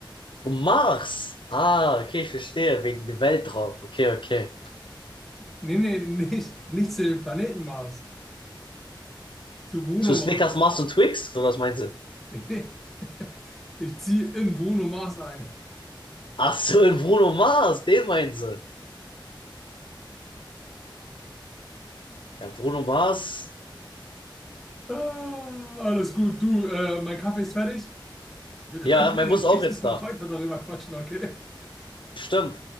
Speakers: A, on the left (about 75°); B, in the centre.
A: Zum Mars. Ah, okay, ich verstehe. Wegen dem Weltraum. Okay, okay.
B: Nee, nee, nicht, nicht zu dem Planeten Mars. Zu Bruno
A: Zu Snickers, Mars und Twix? Oder was meinen sie?
B: Nee. <laughs> Ich ziehe in Bruno Mars ein.
A: Ach so, in Bruno Mars, den meinen sie. Ja, Bruno Mars.
B: Ah, alles gut, du, äh, mein Kaffee ist fertig. Wir können
A: Ja,
B: gerne
A: mein Bus ist
B: nächstes
A: auch jetzt
B: Mal
A: da.
B: weiter darüber quatschen, okay?
A: Stimmt.